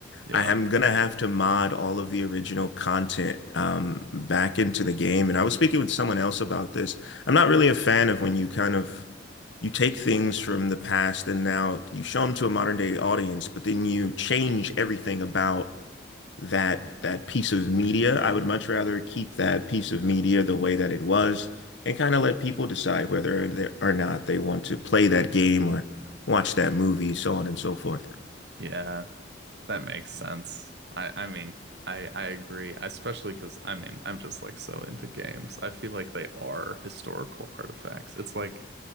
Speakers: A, on the right; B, on the left.
A: Yeah.
B: I am gonna have to mod all of the original content um, back into the game. And I was speaking with someone else about this. I'm not really a fan of when you kind of you take things from the past and now you show them to a modern day audience, but then you change everything about that that piece of media. I would much rather keep that piece of media the way that it was and kind of let people decide whether they, or not they want to play that game or watch that movie, so on and so forth.
A: Yeah, that makes sense. I I mean, I I agree, especially because I mean, I'm just like so into games. I feel like they are historical artifacts. It's like